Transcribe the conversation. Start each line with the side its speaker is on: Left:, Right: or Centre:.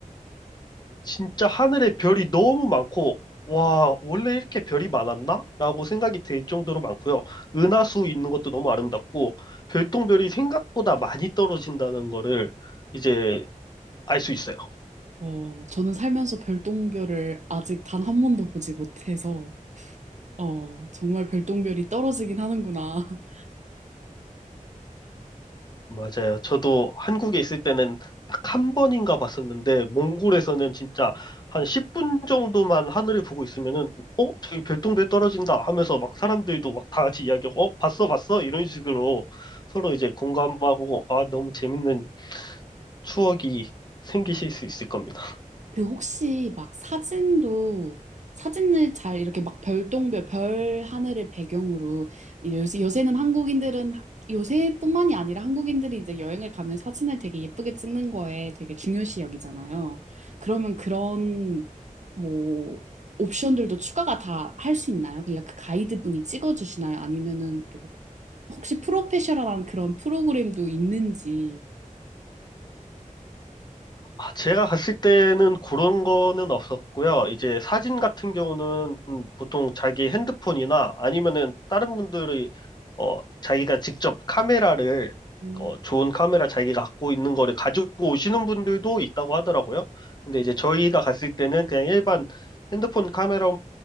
Left: 진짜 하늘에 별이 너무 많고 와, 원래 이렇게 별이 많았나? 라고 생각이 들 정도로 많고요. 은하수 있는 것도 너무 아름답고 별똥별이 생각보다 많이 떨어진다는 거를 이제 알 수 있어요.
Right: 어, 저는 살면서 별똥별을 아직 단 한 번도 보지 못해서, 어, 정말 별똥별이 떨어지긴 하는구나. <laughs>
Left: 맞아요. 저도 한국에 있을 때는 딱 한 번인가 봤었는데, 몽골에서는 진짜 한 10분 정도만 하늘을 보고 있으면은, 어? 저기 별똥별 떨어진다 하면서 막 사람들도 막 다 같이 이야기하고, 어? 봤어, 봤어? 이런 식으로 서로 이제 공감하고, 아, 너무 재밌는 추억이 생기실 수 있을 겁니다.
Right: 그 혹시 막 사진도, 사진을 잘 이렇게 막 별똥별, 별 하늘을 배경으로, 요새, 요새는 한국인들은, 요새뿐만이 아니라 한국인들이 이제 여행을 가면 사진을 되게 예쁘게 찍는 거에 되게 중요시 여기잖아요. 그러면 그런, 뭐, 옵션들도 추가가 다 할 수 있나요? 그러니까 그 가이드분이 찍어주시나요? 아니면은 뭐 혹시 프로페셔널한 그런 프로그램도 있는지.
Left: 아, 제가 갔을 때는 그런 거는 없었고요. 이제 사진 같은 경우는 보통 자기 핸드폰이나 아니면은 다른 분들이 어, 자기가 직접 카메라를
Right: 음,
Left: 어, 좋은 카메라 자기가 갖고 있는 거를 가지고 오시는 분들도 있다고 하더라고요. 근데 이제 저희가 갔을 때는 그냥 일반 핸드폰 카메라,